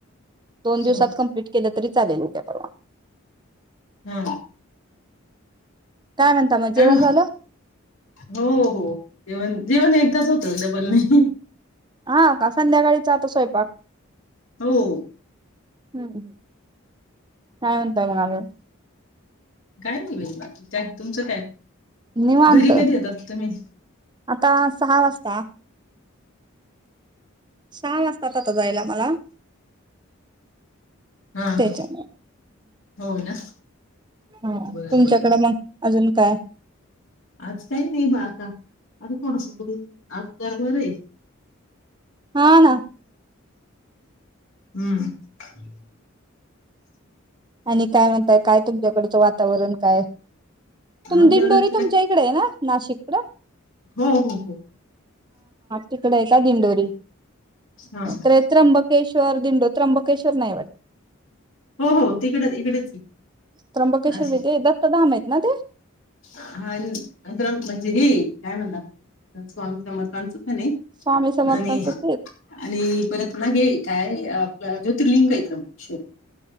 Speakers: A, on the right; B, on the left.
A: दोन दिवसात
B: हा
A: कंप्लीट केलं तरी चालेल उद्या परवा.
B: हा
A: काय म्हणता मग जेवण
B: हा
A: झालं
B: हो हो जेवण जेवण एकदाच होतं डबल नाही.
A: हा का संध्याकाळीच आता स्वयंप बाक
B: हो
A: हम्म हम्म काय म्हणताय मग अजून?
B: काय नाही बई बाकी काय तुमचं काय?
A: निवांत
B: घरी कधी येतात तुम्ही
A: आता सहा वासता. सहा वाजतात आता जायला मला.
B: हा
A: त्याच्या
B: हा हो ना
A: हा
B: बरं
A: तुमच्याकड
B: बरं
A: मग अजून काय
B: आज काही नाही बा आता. आता थोडस आज जरा बर आहे.
A: हा ना
B: हम्म <inaudible>
A: आणि काय म्हणताय काय तुमच्याकडचं वातावरण? काय तुम
B: आमच्या
A: दिंडोरी
B: घरच
A: तुमच्या
B: काय
A: इकडे आहे ना नाशिक कड?
B: हो हो हो
A: तिकडे आहे का दिंडोरी?
B: हा
A: ते त्र्यबकेश्ववर, दिंडो त्रंबक केशर नाही वाटत
B: हो हो तिकडे इकडेच
A: त्र्यंबकेश्वर
B: नाशि
A: बी ते दत्तधाम आहेत ना ते
B: हा अ द्र म्हणजे हे काय म्हणतात स्वामी समर्थांच ह नाही
A: स्वामी समर्थांच
B: आणि
A: ते
B: आणि परत ना घे काय आपलं ज्योतिर्लिंगय <unintelligible>